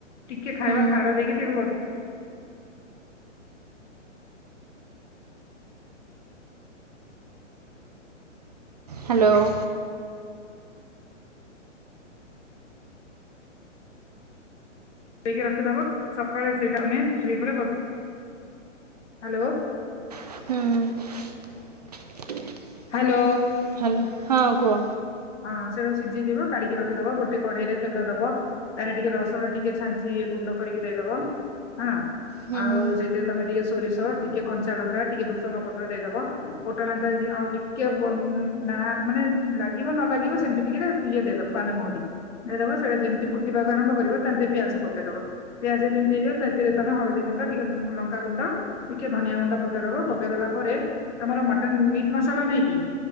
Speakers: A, on the left (about 65°); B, on the right (about 35°).
A: ଟିକେ ଖାଇବା
B: ହୁଁ
A: ଖାରା ଦେଇକି
B: ହ୍ୟାଲୋ।
A: ଦେଇକି ରଖିଦବା ସକାଳେ ସେଇଟା ଆମେ ଚ ଉପରେସ ହ୍ୟାଲୋ।
B: ହୁଁ
A: ହ୍ୟାଲୋ।
B: ହ୍ୟାଲୋ ହଁ କୁହ
A: ହଁ ସେଇଟା ସିଝି ଦିବ କଢିକି ରଖିଦବ ଗୋଟେ କଢେଇ ରେ ତେଲ ଦବ। ତାେଲେ ଟିକେ ଦର୍ଶନ ଟିକେ ଛାଞ୍ଚି ଗୁଣ୍ଡ କରିକି ଦେଇଦବ ହଁ
B: ହୁଁ
A: ଆଉ
B: ହୁଁ
A: ସେ ସେ ତମେ ଟିକେ ସୋରିଷ ଟିକେ କଞ୍ଚା ଲଙ୍କା ଟିକେ ଭୃସଙ୍ଗ ପତ୍ର ଦେଇଦବ କୋଟଣା ଆଉ ଟିକେ ନା ମାନେ ଲାଗିବ ନ ଲାଗିବ ସେମତି ଟିକେ ଇଏ ଦେଇଦବ ପାନମହୁରି। ହେଦବ ସେଇଟା ଯେମିତି ଫୁଟିବାକୁ ଆରମ୍ଭ କରିବ ତାମେ ପିଆଜ ପକେଇଦବ। ପିଆଜ ଯେମିତିଇଯିବ ତାଚରେ ତମେ ହଳଦୀ ଗୁଣ୍ଡ ଟିକେ ଲଙ୍କା ଗୁଣ୍ଡ। ଟିକେ ଧନିଆ ଗୁଣ୍ଡ ପକେଇଦବ ପକେଇଦେଲା ପରେ ତମର ମଟନ ମିଟ୍ ମ ମସଲା ନାଇକି